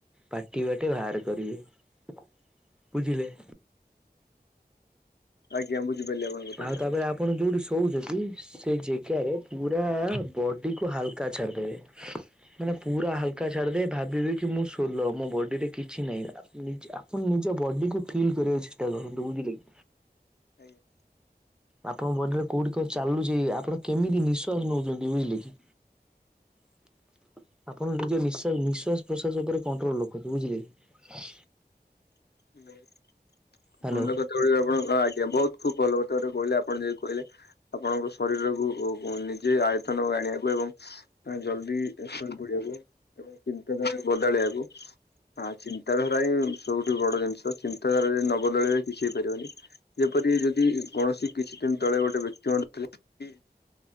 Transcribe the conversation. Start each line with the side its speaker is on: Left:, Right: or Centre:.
Centre: ପାଟିବାଟେ ବାହାର କରିବେ ବୁଝିଲେ
Left: ଆଜ୍ଞା ବୁଝିପାରିଲି ଆପଣଙ୍କ
Centre: ଆଉ
Left: କଥା।
Centre: ତାପରେ ଆପଣ ଯୋଉଠି ଶୋଉଛନ୍ତି ସେଇ ଜେଗାରେ ପୁରା ବଡିକୁ ହାଲୁକା ଛାଡ଼ିଦେବେ। <inaudible> ମାନେ ପୁରା ହାଲକା ଛାଡିଦେବେ ଭାବିବେକି ମୁଁ ସୋଲ ମୋବଡିରେ କିଛି ନାହିଁ ଆ ନିଜେ ଆ ଆପଣ ନିଜ ବଡିକୁ ଫିଲ୍ କରିବାକୁ ଚେଷ୍ଟା କରନ୍ତୁ ବୁଝିଲେକି।
Left: ଆଜ୍ଞା।
Centre: ଆପଣଙ୍କ ବଡିରେ କୋଉଠି କଣ ଚାଲୁଚି ଆପଣ କେମିତି ନିଶ୍ଵାସ ନେଉଚନ୍ତି ବୁଝିଲେକି <inaudible> ଆପଣ ନିଜ ନିଶ ନିଶ୍ଵାସ ପ୍ରଶ୍ଵାସ ଉପରେ କଣ୍ଟ୍ରୋଲ ରଖନ୍ତୁ ବୁଝିଲେକି
Left: <inaudible>
Centre: ହ୍ୟାଲୋ
Left: ଭଲ କଥା ଗୁଡିଏ ଆପଣ ଆଜ୍ଞା ବହୁତ୍ ଖୁବ୍ ଭଲ କଥା ଗୁଡ଼ିଏ କହିଲେ ଆପଣ ଯୋଉ କହିଲେ। ଆପଣଙ୍କ ଶରୀରକୁ ନିଜେ ଆୟତନକୁ ଆଣିବାକୁ ଏବଂ ମାନେ ଜଲଦି ଶୋଇପଡ଼ିବାକୁ ଏବଂ ଚନ୍ତାଧାରା ବଦଳେଇବାକୁ ହଁ ଚିନ୍ତାଧାରାହିଁ ସବୁଠୁ ବଡ଼ ଜିନିଷ ଚିନ୍ତାଧାରା ଯଦି ନ ବଦଳେଇଲେ କିଛି ହେଇପାରିବନି ଯେପରି ଯଦି କୌଣସି କିଛି ଦିନ ତଳେ ଗୋଟେ ବ୍ୟକ୍ତି କି